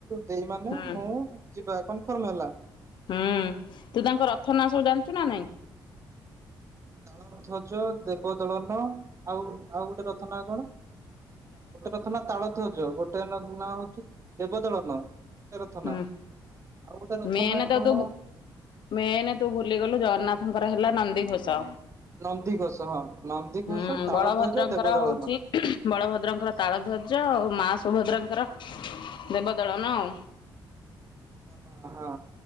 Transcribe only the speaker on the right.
ଦେଇ ମାନେ,
ମୁଁ ଯିବା କନଫର୍ମ ହେଲା।
ତାଳ ଧ୍ୱଜ, ଦେବ ଦଳନ, ଆଉ ଆଉ ଗୋଟେ ରଥ ନା କଣ? ଗୋଟେ ରଥ ନା ତାଳ ଧ୍ୱଜ, ଗୋଟେ ନ ନାଁ ହଉଛି ଦେବ ଦଳନ। <unintelligible> ରଥ
ନା? ଆଉ ଗୋଟେ ରଥ
ନା
କଣ?
ନନ୍ଦିଘୋଷ ହଁ ନନ୍ଦିଘୋଷ
ତାଳଧ୍ୱଜ
ଦେବଦଳନ
ହଁ ହଁ।